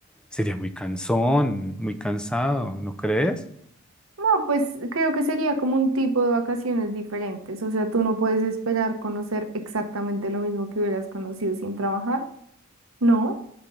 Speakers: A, in the centre; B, on the right.
A: Sería muy cansón, muy cansado, ¿no crees?
B: No, pues creo que sería como un tipo de vacaciones diferentes, o sea, tú no puedes esperar conocer exactamente lo mismo que hubieras conocido sin trabajar, ¿no?